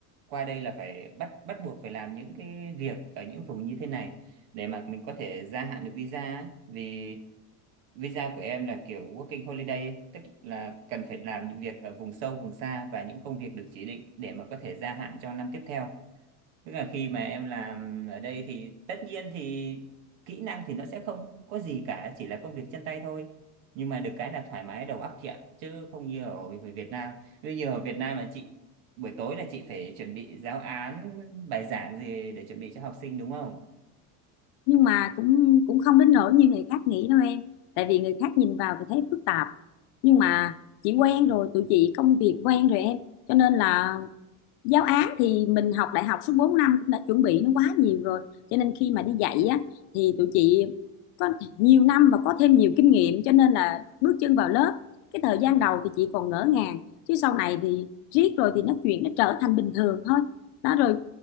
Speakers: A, on the right; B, on the left.
A: qua đây là phải bắt bắt buộc phải làm những cái việc ở những vùng như thế này để mà mình có thể gia hạn được visa ấy. Vì visa của em là kiểu working holiday ấy, tức là cần phải làm những việc ở vùng sâu vùng xa và những công việc được chỉ định để mà có thể gia hạn cho năm tiếp theo Tức là khi mà em làm ở đây thì tất nhiên thì kỹ năng thì nó sẽ không có gì cả, chỉ là công việc chân tay thôi. Nhưng mà được cái là thoải mái đầu óc chị ạ, chứ không như ở, ở Việt Nam. Bây giờ ở Việt Nam là chị buổi tối là chị phải chuẩn bị giáo án, bài giảng gì để chuẩn bị cho học sinh đúng không?
B: Nhưng mà cũng cũng không đến nỗi như người khác nghĩ đâu em. Tại vì người khác nhìn vào thì thấy phức tạp. Nhưng mà chị quen rồi, tụi chị công việc quen rồi em. Cho nên là giáo án thì mình học đại học suốt 4 năm cũng đã chuẩn bị nó quá nhiều rồi cho nên khi mà đi dạy á thì tụi chị có nhiều năm và có thêm nhiều kinh nghiệm cho nên là bước chân vào lớp cái thời gian đầu thì chị còn ngỡ ngàng chứ sau này thì riết rồi thì nó chuyện nó trở thành bình thường thôi đó rồi